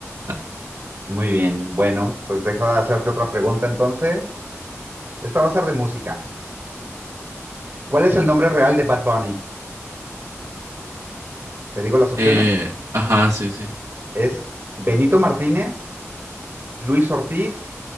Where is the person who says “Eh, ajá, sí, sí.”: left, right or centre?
Right